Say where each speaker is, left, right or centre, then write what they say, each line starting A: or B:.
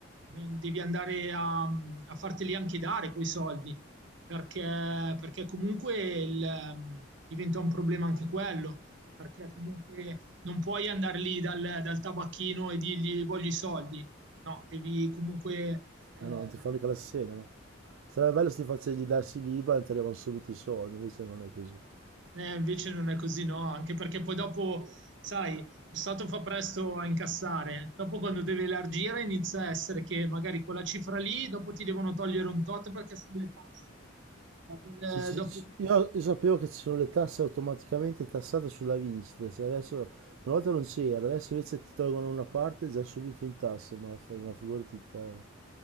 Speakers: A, on the right; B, on the right.
A: devi andare a, a farteli anche dare quei soldi, perché, perché comunque il, ehm, diventa un problema anche quello, perché comunque non puoi andare lì dal, dal tabacchino e dirgli voglio i soldi, no, devi comunque... eh,
B: Ah no, non ti fa mica l'assegno, no? Sarebbe bello se ti facessi darsi l'IBAN e ti arrivano subito i soldi, invece non è così.
A: Eh, invece non è così, no? Anche perché poi dopo, sai, lo Stato fa presto a incassare. Dopo quando deve elargire inizia a essere che magari quella cifra lì, dopo ti devono togliere un tot perché sono le tasse. Da quel- eh,
B: Ci- ci-
A: dopo-
B: ci- Io io sapevo che ci sono le tasse automaticamente tassate sulla vincita, cioè adesso, una volta non c'era, adesso invece ti tolgono una parte già subito in tasse, ma, fa- ma figurati te.